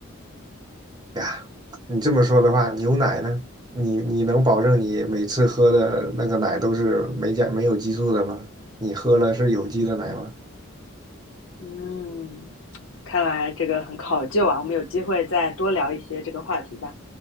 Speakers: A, on the right (about 20°); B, on the left (about 75°).
A: 哎呀，你这么说的话，牛奶呢？你你能保证你每次喝的那个奶都是没加没有激素的吗？你喝了是有机的奶吗？
B: 嗯，看来这个很考究啊，我们有机会再多聊一些这个话题吧。